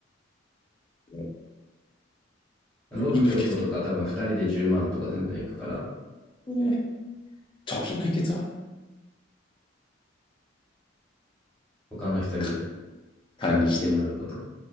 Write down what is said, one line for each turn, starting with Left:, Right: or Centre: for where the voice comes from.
Left: 貯
Centre: 6京都とか多分2人で10万とか全然いくから、
Left: 金の秘訣。えー貯金の秘訣は
Centre: 他の人に
Left: か
Centre: 管理してもらうこと。
Left: 管理しても、